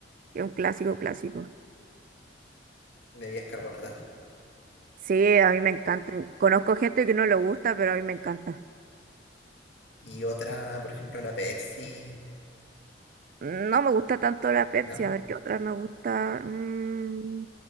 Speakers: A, on the right; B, on the left.
A: que es un clásico, clásico.
B: bebidas carbonatadas.
A: Sí, a mí me encanta. Conozco gente que no le gusta, pero a mí me encanta.
B: Y otra, por ejemplo, la Pepsi,
A: No me gusta tanto la Pepsi,
B: ¿no?
A: a ver qué otra me gusta. Mm,